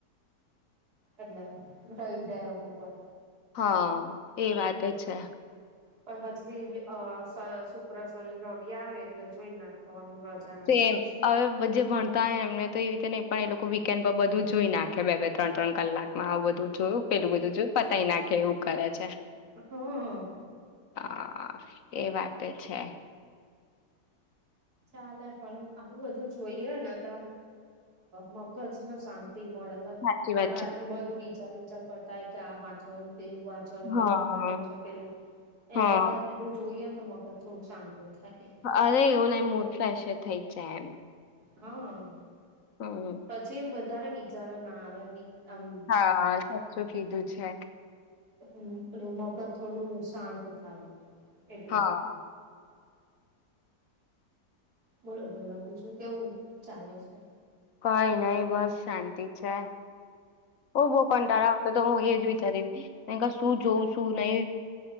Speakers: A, on the right (about 60°); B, on the left (about 55°).
A: એટલે થઈ જાય અમુક વાર
B: હા, એ વાત છે
A: પણ પછી અ શુક્ર, શની, રવિ આવે એટલે જોઈ નાખવાનું રજાના
B: તે
A: દિવસ
B: હવે જે ભણતા હો એમને તો એ રીતે નહી પણ એ લોકો વીકેન્ડ પર બધું જોઈ નાખે બે, બે, ત્રણ, ત્રણ કલાકમાં આવુ બધું જોયું પેલું બધું જોયું, પતાય નાખે એવું કરે છે
A: હા
B: હા એ વાત છે.
A: ચાલે પણ આવું બધું જોઈએ ને ત મગજને શાંત મળે,
B: સાચી
A: આપડે
B: વાત છે
A: આટલું બધું વિચાર વિચાર કરતા ક્યા આ વાચવાનું. પેલું વાંચવાનું
B: હા
A: આ લખવાનું છે પેલું, એના
B: હા
A: કરતા પેલું જોઈએ ને તો મગજ થોડું શાંત થાય.
B: અરે એવું નઈ મૂડ ફ્રેશ થઈ જાય એમ.
A: હમ.
B: હમ
A: પછી વધારે વિચારો ના આવે. વી આમ
B: હા સાચું કીધું છે.
A: એટલ મગજ થોડું શાંત થાય. એટલે
B: હા.
A: બોલો બોલો બીજું કેવું ચાલે છે?
B: કઈ નઈ બસ શાંતિ છે. ઓ બહ કંટાળા આવતા તો હું એજ વિચારી હતી, શું જોઉું શું નહી.